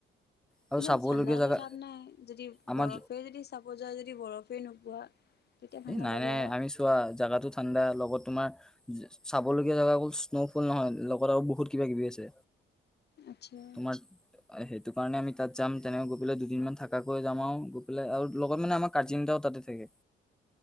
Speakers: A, in the centre; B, on the left.
A: আৰু
B: কিন্তু
A: চাবলগীয়া
B: ঠাণ্ডাতে
A: জাগা
B: লাভ নাই যদি
A: আমাৰ
B: বৰফে যদি চাব যোৱা যদি বৰফেই নোপোৱা। তেতিয়া ভাল
A: এ
B: নালাগে
A: নাই নাই,
B: আৰু
A: আমি চোৱা জাগাতো ঠাণ্ডা লগত তোমাৰ আহ আহ যে চাবলগীয়া জেগা অকল স্ন'ফল নহয় লগত আৰু বহুত কিবা-কিবি আছে।
B: আচ্ছা
A: তোমাৰ চি অ সেইটো কাৰণে আমি তাত যাম তেনেকৈ গৈ পেলাই দুদিনমান থাকাকৈ যাম আৰু গৈ পেলাই আৰু লগত মানে আমাক কাজিন এটাও তাতে থাকে।